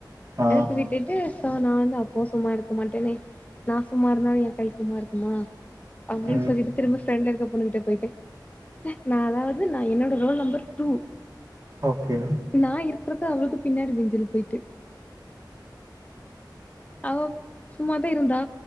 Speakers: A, on the right; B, on the left.
A: ஆ
B: எழுப்பி விட்டுட்டு ஸோ நா வந்து அப்பவு சும்மா இருக்க மாட்டேனே நா சும்மா இருந்தாலு என் கை சும்மா இருக்குமா அப்டின்னு
A: ம்
B: சொல்லிட்டு திரும்ப ப்ரெண்ட்ல இருக்க பொண்ணு கிட்ட போய்ட்டே நா அதாது நா என்னோட ரோல் நம்பர் டூ
A: ஓகே
B: இப்ப நா இருக்கறது அவளுக்கு பின்னாடி பெஞ்சுல போயிட்டு அவப் சும்மா தா இருந்தா